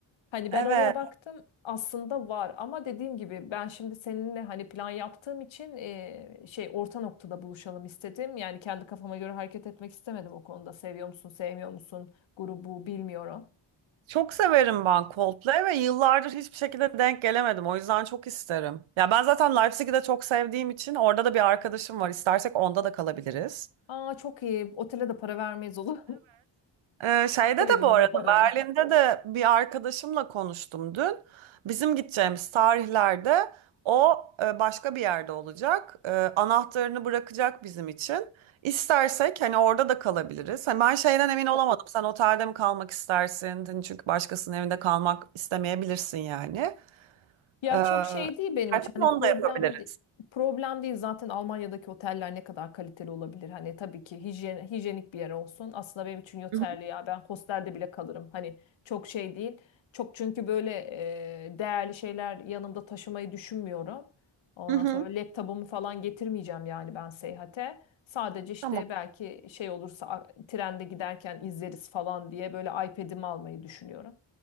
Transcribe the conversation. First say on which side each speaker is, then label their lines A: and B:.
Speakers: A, on the left (about 75°); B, on the right (about 85°).
A: Hani
B: Evet.
A: ben oraya baktım aslında var ama dediğim gibi ben şimdi seninle hani plan yaptığım için e, şey orta noktada buluşalım istedim. Yani kendi kafama göre hareket etmek istemedim o konuda. Seviyor musun, sevmiyor musun grubu bilmiyorum.
B: Çok severim ben Coldplay ve yıllardır hiçbir şekilde denk gelemedim. O yüzden çok isterim. Ya ben zaten Leipzig'i de çok sevdiğim için orada da bir arkadaşım var. İstersek onda da kalabiliriz.
A: Aa çok iyi. Otele de para vermeyiz olur.
B: Ee, şeyde
A: <laughs> Veririz
B: de bu arada
A: o parayı.
B: Berlin'de de bir arkadaşımla konuştum dün. Bizim gideceğimiz tarihlerde o e, başka bir yerde olacak. E, Anahtarını bırakacak bizim için. İstersek hani orada da kalabiliriz. Hani ben şeyden emin olamadım. Sen otelde mi kalmak istersin? Hani çünkü başkasının evinde kalmak istemeyebilirsin yani.
A: Ya
B: Ee,
A: çok şey değil benim
B: istersen
A: için. Hani
B: onu
A: problem
B: da yapabiliriz.
A: de- problem değil zaten Almanya'daki oteller ne kadar kaliteli olabilir. Hani tabii ki hijyen, hijyenik bir yer olsun. Aslında benim için yeterli
B: Hı hı.
A: ya. Ben hostelde bile kalırım. Hani çok şey değil. Çok çünkü böyle e, değerli şeyler yanımda taşımayı düşünmüyorum. Ondan
B: Hı hı.
A: sonra böyle laptopumu falan getirmeyeceğim yani ben seyahate. Sadece işte
B: Tamam.
A: belki şey olursa a- trende giderken izleriz falan diye böyle iPad'imi almayı düşünüyorum.